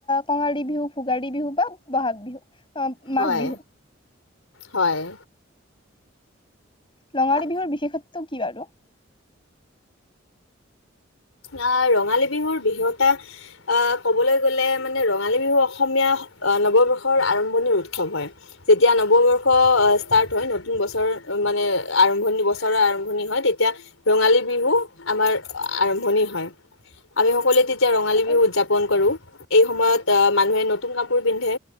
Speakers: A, on the left; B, on the left.
A: কঙালী বিহু, ভোগালী বিহু বা মাঘ বিহু। অ
B: হয়,
A: মাঘ বিহু
B: হয়
A: ৰঙালী
B: আ
A: বিহুৰ বিশেষত্ব কি বাৰু?
B: আহ ৰঙালী বিহুৰ বিষতা আহ ক'বলৈ গ'লে মানে ৰঙালী বিহু অসমীয়া নৱবৰ্ষৰ আৰম্ভণিৰ উৎসৱ হয় যেতিয়া নৱবৰ্ষ ষ্টাৰ্ট হয় নতুন বছৰ মানে আৰম্ভণি বছৰৰ আৰম্ভণি হয় তেতিয়া ৰঙালী বিহু আমাৰ আ আৰম্ভণি হয় আমি সকলোৱে তে এতিয়া ৰঙালী
A: হয়
B: বিহু উদযাপন কৰোঁ এই সময়ত আহ মানুহে নতুন কাপোৰ পিন্ধে